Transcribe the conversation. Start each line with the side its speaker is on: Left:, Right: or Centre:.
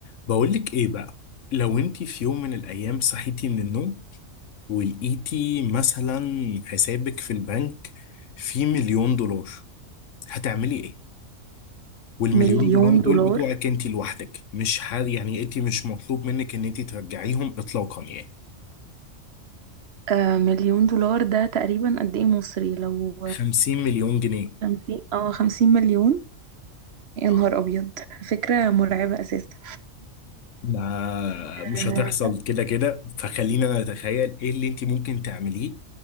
Left: بقولك ايه بقى لو انتي في يوم من الايام صحيتي من النوم ولقيتي مثلا حسابك في البنك فيه مليون دولار هتعملي ايه والمليون
Right: مليون
Left: دولار دول
Right: دولار
Left: بتوعك انتي لوحدك مش ح... يعني انتي مش مطلوب منك ان انتي ترجعيهم اطلاقا يعني
Right: آه مليون دولار ده تقريبا قد ايه مصري لو
Left: خمسين مليون جنيه
Right: خمسين اه خمسين مليون يا
Left: اه
Right: نهار ابيض فكرة مرعبة اساسا
Left: ما
Right: آه
Left: مش هتحصل كده كده فخلينا انا اتخيل ايه اللي انت ممكن تعمليه